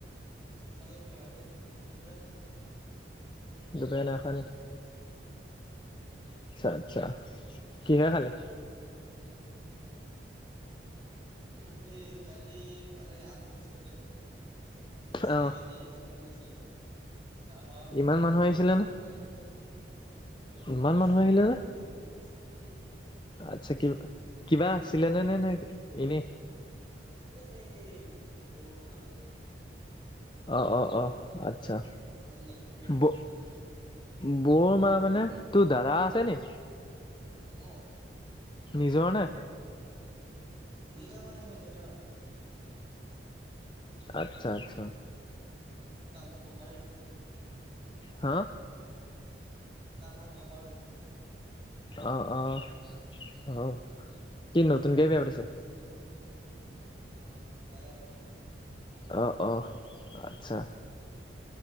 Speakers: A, on the right (about 30°); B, on the left (about 25°).
A: খালোঁ <unintelligible> দুপৰীয়া খোৱা নাই।
B: দুপৰীয়া নাই খোৱা নি?
A: উহু।
B: আচ্ছা, আচ্ছা। কিহে খালি?
A: উম, সেই কালি মানে আলহী আহিছিলে টো চাৰি
B: অ
A: কেজি মাংস কিনিছিলোঁ। তাহত খতমেই
B: ইমান মানুহ
A: নহ'ল‌,
B: আহিছিলে নে
A: আজি খাইছোঁ।
B: ইমান
A: বেছি
B: মানুহ
A: নহয়,
B: আহিলে
A: নজন,
B: নে
A: দহজন আহিছিল।
B: আচ্ছা, কি-কিবা আছিলেনে নে-নে এনেই?
A: এ, এনেই সেই বৌৰ মাহঁত আহিছিল।
B: অ', অ', অ', আ আচ্ছা।
A: মানে নতুনকে বিয়াত পাতিছেতো
B: বৌ-বৌৰ মা মানে? তোৰ দাদা আছেনি?
A: অ'।
B: নিজৰ নে?
A: নিজৰ মানে সি দেউতা
B: আচ্ছা, আচ্ছা।
A: <unintelligible> গম পাওঁৱে দেখোন।
B: হা
A: তই আমাৰ গম পাৱৱে দেখোন
B: অ', অ', অ', কি নতুনকে বিয়া পাতিছে?
A: অ', দাদায়ে <unintelligible>
B: অ', অ', আচ্ছা।